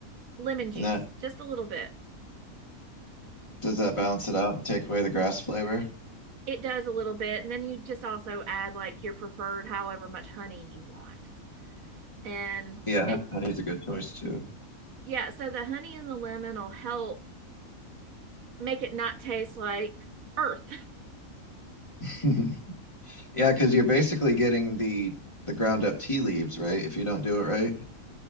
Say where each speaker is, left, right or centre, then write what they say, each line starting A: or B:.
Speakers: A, on the right; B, on the left.
A: lemon juice,
B: And that
A: just a little bit.
B: does that balance it out and take away the grass flavor?
A: It does a little bit, and then you just also add like your preferred, however much honey you want. And
B: Yeah,
A: it,
B: ho- honey's a good choice too.
A: yeah. So the honey and the lemon will help make it not taste like earth.
B: <laughs> Yeah, because you're basically getting the the ground up tea leaves, right? If you don't do it right.